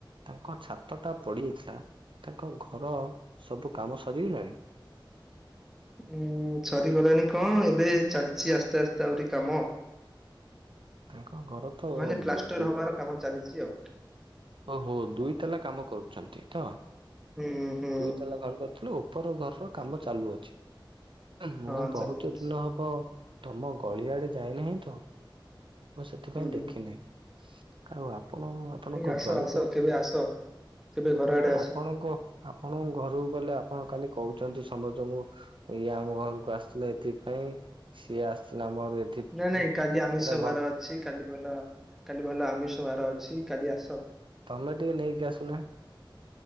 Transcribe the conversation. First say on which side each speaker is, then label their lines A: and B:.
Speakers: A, on the right; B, in the centre.
A: ତାଙ୍କ ଛାତ ଟା ପଡିଯାଇଥିଲା ତାଙ୍କ ଘର ସବୁ କାମ ସରିଗଲାଣି? ଅ
B: ଉଁ ସରିଗଲାଣି କଣ ଏବେ ଚାଲିଛି ଆସ୍ତେ ଆସ୍ତେ ଆହୁରି କାମ ଆଉ
A: ତାଙ୍କ ଘର ତ
B: ମାନେ ପ୍ଲାଷ୍ଟର
A: ଦୁ
B: ହବାର କାମ ଚାଲିଛି ଆଉ।
A: ଓହୋ ଦୁଇ ତାଲା କାମ କରୁଛନ୍ତି ତ
B: ହୁଁ ହୁଁ
A: ଦୁଇ ତାଲା ଘର କରିଥିଲୁ ଉପର ଘର ର କାମ ଚାଲୁଅଛି ମୁଁ
B: ହଁ
A: ବହୁତ
B: ଚାଲୁ ଅଛି।
A: ଦିନ ହବ ତମ ଗଳିଆଡେ ଯାଇନାହିଁ ତ ମୁଁ ସେଥିପାଇଁ
B: ହୁଁ ହୁଁ।
A: ଦେଖିିନହିଁ ଆଉ ଆପ ଆପଣ ଆପଣଙ୍କ
B: ଭାଇ ଆସ
A: ଜୁଆଇଁ
B: ଆସ
A: ଙ୍କ
B: କେବେ ଆସ କେବେ ଘର ଆଡେ
A: ଆ
B: ଆସ
A: ଆପଣଙ୍କ ଆପଣଙ୍କ ଘରୁ କଲେ ଆପଣ କାଲି କହୁଛନ୍ତି ସମସ୍ତେ ଙ୍କୁ ଏଇ ଆମ ଘରକୁ ଆସିଥିଲା ଏଠି ପାଇଁ ସିଏ ଆସିଥିଲା ଆମ ଘରକୁ ଏଥିପାଇଁ
B: ନାଇଁ ନାଇଁ କାଲି ଆମିଷ
A: ଏଟା
B: ବାହାର
A: ଭଲ
B: ଅଛି କାଲି ଭଲ କାଲି ଭଲ ଆମିଷ ବାହାର ଅଛି। କାଲି ଆସ।
A: ତମେ ଟିକେ ନେଇକି ଆସୁନା?